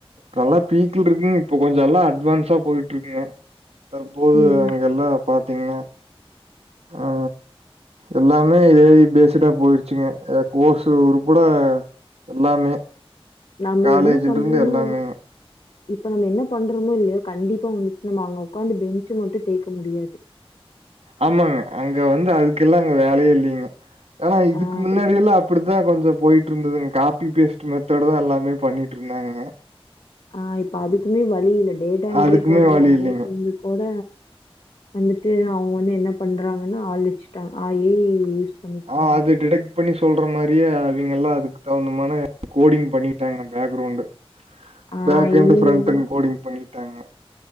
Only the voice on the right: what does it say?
நல்லா பீக்கல இருக்குங்க இப்போ கொஞ்ச எல்லா அட்வான்ஸா போயிட்டு இருங்க தற்போது
அங்க எல்லா பாத்தீங்கன்னா ஆ எல்லாமே ஏய் பேசடா போயிருச்சுங்க கோர்ஸ்ு உருபட எல்லாமே
காலேஜ்
ல இருந்து எல்லாமே
ஆமாங்க அங்க வந்து அதுக்கெல்லா அங்க வேலயே இல்லங்க ஆனா இதுக்கு
முன்னாடி
எல்லா அப் இப்டிதா கொஞ்ச போயிட்டு இருந்ததுங்க காப்பி பேஸ்ட் மெத்தட் தா எல்லாமே பண்ணிட்டு இருந்தாங்க
அதுக்குமே
வழி இல்லைங்க.
ஆ அது டிடட் பண்ணி சொல்ற மாதிரியே அவங்க எல்லா அதுக்கு தகுந்தமான கோடிங் பண்ணிட்டாங்க பேக்ரௌண்ட்
பேக்
அண்ட் பிராண்ட் அண்ட் கோடிங் பண்ணிட்டாங்க